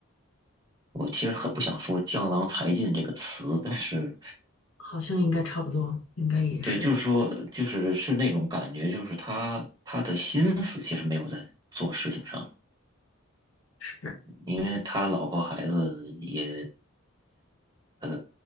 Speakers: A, on the right; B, on the left.
A: 我其实很不想说“江郎才尽”这个词，但是
B: 好像应该差不多，应该也是，
A: 对，就是说，就是是那种感觉，就是他他的心思其实没有在做事情上，
B: 是，
A: 因为他老婆孩子也，呃，